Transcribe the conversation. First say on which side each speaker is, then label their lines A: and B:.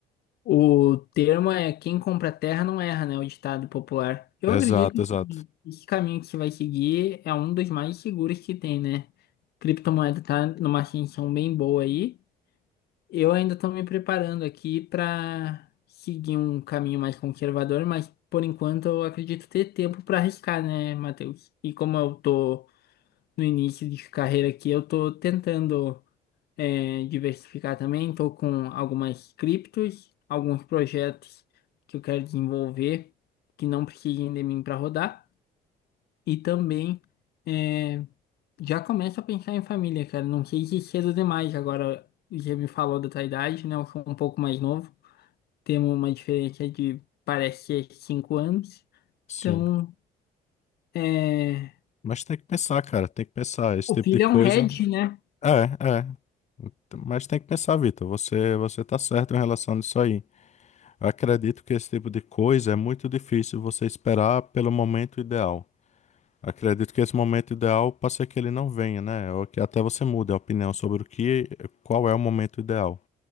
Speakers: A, on the left; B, on the left.
A: O termo é quem compra terra não erra, né? O ditado popular. Eu
B: Exato,
A: acredito que
B: exato.
A: esse caminho que você vai seguir é um dos mais seguros que tem, né? Criptomoeda tá numa ascensão bem boa aí. Eu ainda estou me preparando aqui para seguir um caminho mais conservador, mas por enquanto eu acredito ter tempo para arriscar, né, Matheus? E como eu tô no início de carreira aqui, eu tô tentando é, diversificar também, tô com algumas criptos, alguns projetos que eu quero desenvolver que não precisem de mim para rodar e também é, já começo a pensar em família, cara. Não sei se cedo demais agora, já me falou da tua idade, né? Eu sou um pouco mais novo, temos uma diferença de parece ser cinco anos,
B: Sim.
A: então é,
B: Mas tem que pensar, cara, tem que pensar. Esse
A: o
B: tipo
A: filho
B: de coisa.
A: é um head, né?
B: É, é. Mas tem que pensar, Vitor. Você, você tá certo em relação a isso aí. Eu acredito que esse tipo de coisa é muito difícil você esperar pelo momento ideal. Acredito que esse momento ideal pode ser que ele não venha, né? Ou que até você mude a opinião sobre o que, qual é o momento ideal.